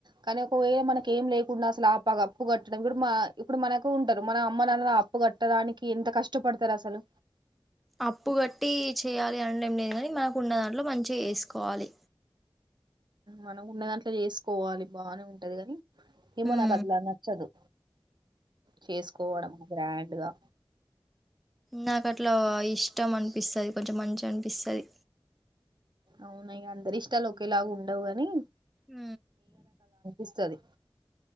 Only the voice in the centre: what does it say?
అప్పు కట్టి చేయ్యాలి అనడం లేదు కాని, మనకు ఉన్న దాంట్లో మంచిగా చేసుకోవాలి.
ఉమ్
నాకు అట్లా ఇష్టం అనిపిస్తది, కొంచెం మంచి అనిపిస్తది.
ఉ